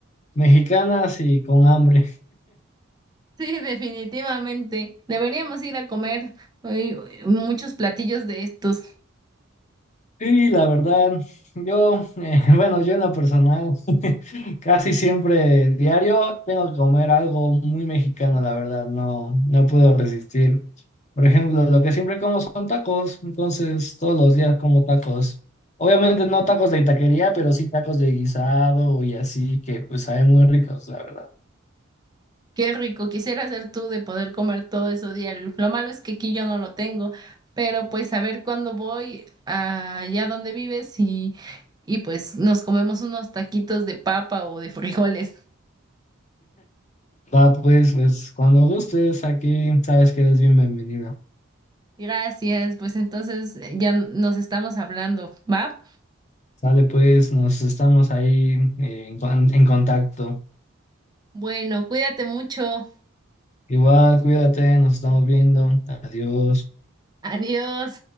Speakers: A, on the left; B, on the right.
A: mexicanas y con hambre.
B: Sí, definitivamente. Deberíamos ir a comer eh, muchos platillos de estos.
A: Sí, la verdad, yo, eh, <laughs> bueno, yo en lo personal, <laughs> casi siempre diario tengo que comer algo muy mexicano, la verdad, no, no puedo resistir. Por ejemplo, lo que siempre como son tacos, entonces todos los días como tacos. Obviamente no tacos de taquería, pero sí tacos de guisado y así, que pues saben muy ricos, la verdad.
B: Qué rico, quisiera ser tú de poder comer todo eso diario. Lo malo es que aquí yo no lo tengo, pero pues a ver cuándo voy allá donde vives y, y pues nos comemos unos taquitos de papa o de frijoles.
A: Va, pues, pues cuando gustes, aquí sabes que eres bien bienvenido.
B: Gracias, pues entonces ya nos estamos hablando, ¿va?
A: Sale, pues, nos estamos ahí eh, en con- en contacto.
B: Bueno, cuídate mucho.
A: Igual, cuídate, nos estamos viendo. Adiós.
B: Adiós.